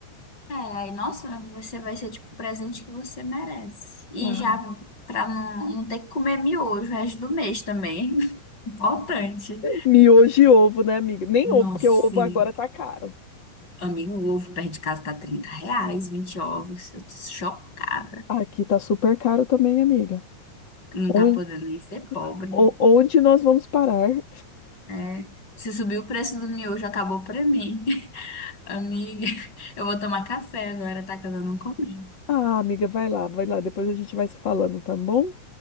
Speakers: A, on the left (about 25°); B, on the left (about 40°).
A: É, aí, nossa, você vai ser tipo o presente que você merece. E
B: Ah,
A: já pra não, não ter que comer miojo o resto do mês também. <laughs> Importante.
B: miojo e ovo, né, amiga? Nem
A: Nossa,
B: ovo, porque o ovo
A: e,
B: agora tá caro.
A: amigo, o ovo perto de casa tá 30 reais, 20 ovos. Eu tô chocada.
B: Aqui tá super caro também, amiga.
A: Não
B: Onde,
A: tá podendo nem ser pobre.
B: o- onde nós vamos parar?
A: É. Se subir o preço do miojo, acabou pra mim. <laughs> Amiga, eu vou tomar café agora, tá? Que eu não comi.
B: Ah, amiga, vai lá, vai lá, depois a gente vai se falando, tá bom?